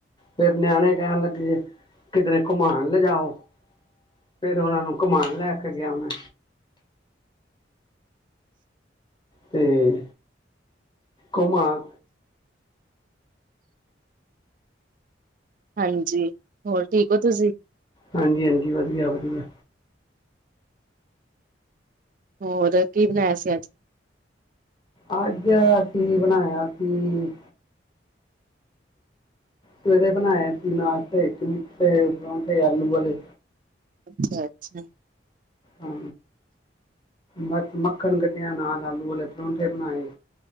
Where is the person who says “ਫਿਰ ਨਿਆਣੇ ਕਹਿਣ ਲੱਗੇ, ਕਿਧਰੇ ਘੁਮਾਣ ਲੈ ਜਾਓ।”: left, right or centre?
Left